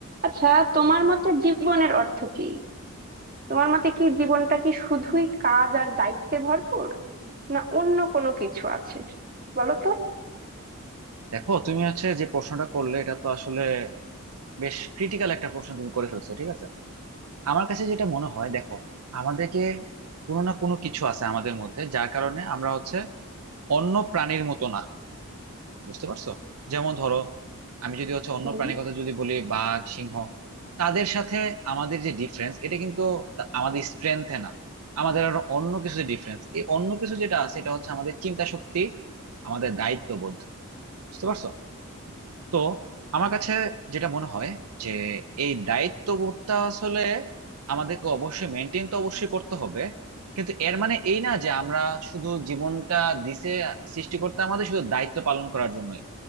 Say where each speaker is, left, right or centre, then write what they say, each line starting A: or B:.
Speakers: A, on the right (about 40°); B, on the right (about 85°).
A: আচ্ছা তোমার মতে জীবনের অর্থ কি তোমার মতে কি জীবনটা কি শুধুই কাজ আর দায়িত্বে ভরপুর না অন্য কোনো কিছু আছে বলো তো
B: দেখো তুমি হচ্ছে যে প্রশ্নটা করলে এটা তো আসলে বেশ ক্রিটিক্যাল একটা প্রশ্ন তুমি করে ফেলছো ঠিক আছে আমার কাছে যেটা মনে হয় দেখো আমাদেরকে কোনো না কোনো কিছু আছে আমাদের মধ্যে যার কারণে আমরা হচ্ছে অন্য প্রাণীর মতো না বুঝতে পারছো যেমন ধরো আমি যদি হচ্ছে অন্য
A: হুম
B: প্রাণীর কথা যদি বলি বাঘ সিংহ তাদের সাথে আমাদের যে ডিফারেন্স এটা কিন্তু তা- আমাদের স্ট্রেংথে না আমাদের আরো অন্য কিছু যে ডিফারেন্স এই অন্য কিছু যেটা আছে এটা হচ্ছে আমাদের চিন্তা শক্তি আমাদের দায়িত্ববোধ বুঝতে পারছো তো আমার কাছে যেটা মনে হয় যে এই দায়িত্ববোধটা আসলে আমাদেরকে অবশ্যই মেনটেন তো অবশ্যই করতে হবে কিন্তু এর মানে এই না যে আমরা শুধু জীবনটা দিছে সৃষ্টিকর্তা আমাদের শুধু দায়িত্ব পালন করার জন্যই